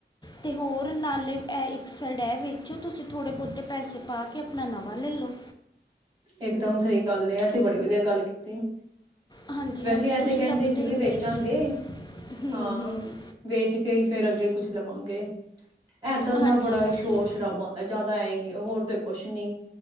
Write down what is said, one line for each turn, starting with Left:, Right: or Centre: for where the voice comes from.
Left: ਤੇ ਹੋਰ ਨਾਲੇ ਐ ਇੱਕ ਸਾਈਡ ਐ ਵੇਚੋ ਤੁਸੀਂ ਥੋੜੇ ਬੌਤੇ ਪੈਸੇ ਪਾ ਕੇ ਅਪਣਾ ਨਵਾਂ ਲੈ ਲੋ।
Right: ਇਕ ਦਮ ਸਹੀ ਗੱਲ ਏ, ਐਤੇ ਬੜੀ ਵਧੀਆ ਗੱਲ ਕੀਤੀ।
Left: ਹਾਂਜੀ
Right: ਵੈਸੇ
Left: ਹਾਂਜੀ
Right: ਐ
Left: ਤੁਸੀਂ
Right: ਤੇ ਕਹਿੰਦੇ
Left: ਲੱਭਦੇ
Right: ਸੀ ਵੀ
Left: ਹੀ ਪਏ
Right: ਵੇਚਾਂਗੇ
Left: ਸੀ ਹੂੰ
Right: ਹਾਂ
Left: ਹੂੰ
Right: ਵੇਚ ਕੇ ਹੀ ਫੇਰ ਅੱਗੇ ਕੁਛ ਲਵਾਂਗੇ ਐ ਦਰ
Left: ਹਾਂਜੀ
Right: ਬੜਾ
Left: ਹਾਂਜੀ
Right: ਹੀ ਸ਼ੋਰ ਸ਼ਰਾਬਾ ਆਦਾ ਜਿਆਦਾ ਇਹ ਹੀ ਹੈ ਹੋਰ ਤੇ ਕੁਛ ਨੀ